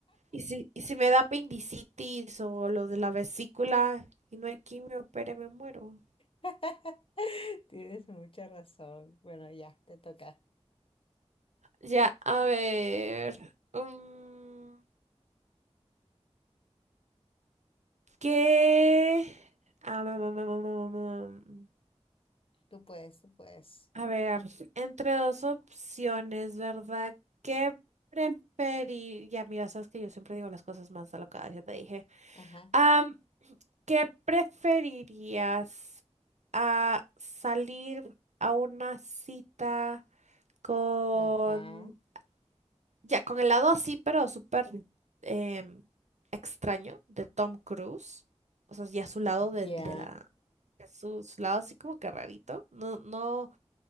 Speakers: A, on the right (about 85°); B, on the left (about 50°).
A: Y si, y si me da apendicitis o lo de la vesícula y no hay quimio, opere, me muero.
B: <laughs> Tienes mucha razón. Bueno, ya, te toca.
A: Ya, a ver. mm, ¿qué? Ah, mm, mm, mm, mm, mm.
B: Tú puedes, tú puedes.
A: A ver, entre dos opciones, ¿verdad? ¿Qué preferiría? mira, sabes que yo siempre digo las cosas más alocadas, ya te dije.
B: Ajá,
A: Am, ¿qué preferirías? ¿A salir a una cita con...
B: ajá.
A: Ya, con el lado así, pero súper em, extraño de Tom Cruise. O sea, ya su lado de,
B: Ya,
A: de la... de Su, su lado así como que rarito. No, no,